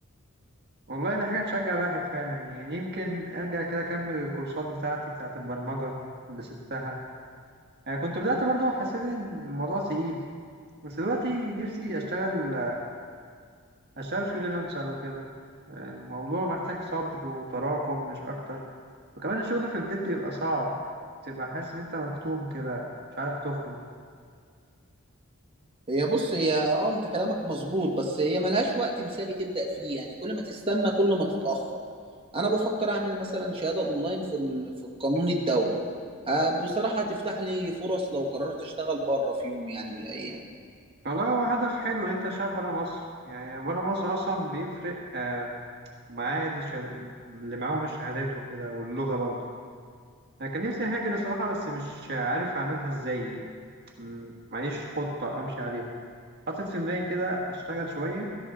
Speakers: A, on the right; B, on the right.
A: والله دي حاجة تشجع الواحد فعلا يعني يمكن أرجع كده أكمل الكورسات بتاعتي بتاعة البرمجة اللي سبتها يعني كنت بدأت برضه حسيت إن الموضوع تقيل بس دلوقتي نفسي أشتغل أشتغل فريلانسر وكده يعني الموضوع محتاج صبر وتراكم مش أكتر وكمان الشغل في البيت بيبقى صعب تبقى حاسس إن أنت مكتوم كده مش عارف تخرج
B: هي بص هي اه انت كلامك مظبوط بس هي ملهاش وقت مثالي تبدأ فيه يعني كل ما تستنى كل ما تتأخر انا بفكر اعمل مثلا شهادة اونلاين في ال- في القانون الدولي آه، بصراحة هتفتح لي فرص لو قررت اشتغل بره في يوم يعني من الايام
A: والله هو هدف حلو إن أنت تشتغل برا مصر يعني برا مصر أصلا بيفرق آه، معاه دي شهاد... اللي معاهم الشهادات وكده واللغة برضو أنا كان نفسي هاجر الصراحة بس مش عارف أعملها إزاي م- معيش خطة أمشي عليها حاطط في دماغي كده أشتغل شوية